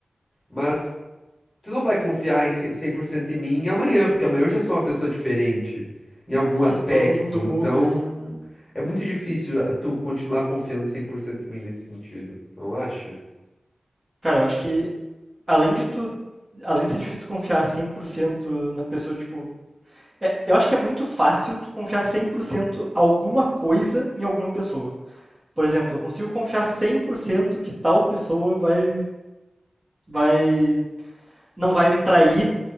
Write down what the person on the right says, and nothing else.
sim,
todo mundo muda,
Cara, eu acho que além de tu, além de ser difícil tu confiar 100% na pessoa, tipo, é- eu acho que é muito fácil tu confiar 100% alguma coisa em alguma pessoa. Por exemplo, eu consigo confiar 100% que tal pessoa vai vai não vai me trair